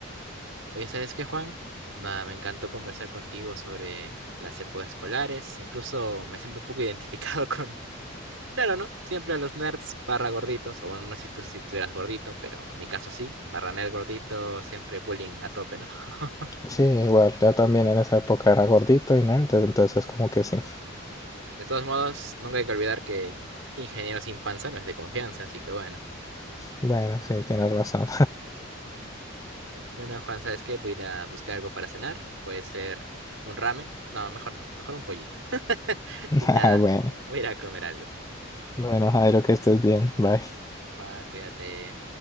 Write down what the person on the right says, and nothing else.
Oye, ¿sabes qué, Juan? Nada, me encantó conversar contigo sobre las épocas escolares. Incluso me siento un poco identificado <laughs> con, Claro, ¿no? Siempre a los nerds barra gorditos, o bueno, no sé si tú, si tú eras gordito, pero en mi caso sí, barra nerd gordito, siempre bullying a tope, ¿no? <laughs>
De todos modos, nunca hay que olvidar que ingeniero sin panza no es de confianza, así que bueno.
Bueno, Juan, ¿sabes qué? Voy a ir a buscar algo para cenar, puede ser un ramen, no, mejor no, mejor un pollito. <laughs>
Y nada,
voy a ir a comer algo.
Juan, cuídate.